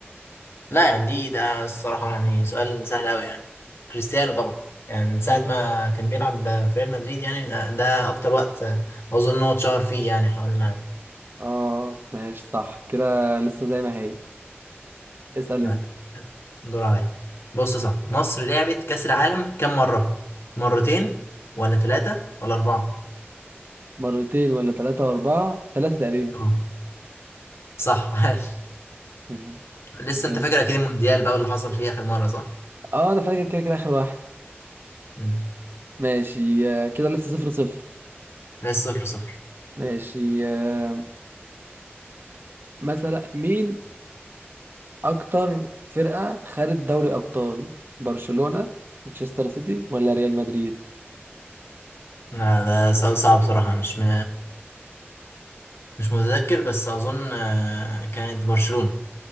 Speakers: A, on the left; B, on the right.
A: لا يعني دي ده الصراحة يعني سؤال سهل قوي يعني كريستيانو طبعا يعني من ساعة
B: ماشي.
A: ما كان بيلعب في ريال مدريد يعني ده, ده اكتر وقت اظن ان هو اتشهر فيه يعني حوالين العالم
B: اه ماشي صح كده لسه زي ما هي اسأل
A: لا
B: انت
A: دور عليا بص صح مصر لعبت كأس العالم كم مرة مرتين ولا ثلاثة ولا أربعة
B: مرتين ولا ثلاثة وأربعة ثلاثة تقريبا
A: اه صح <laughs>
B: مهم.
A: لسه
B: ماشي
A: انت فاكر اكيد المونديال بقى اللي حصل فيه اخر مره صح؟
B: اه انا فاكر كده كده اخر واحد
A: مم.
B: ماشي آه، كده لسه صفر صفر
A: لسه صفر صفر
B: ماشي آه، مثلا مين اكتر فرقة خدت دوري ابطال برشلونة مانشستر سيتي ولا ريال مدريد
A: لا ده سؤال صعب بصراحه مش م... مش متذكر بس اظن آه، كانت برشلونه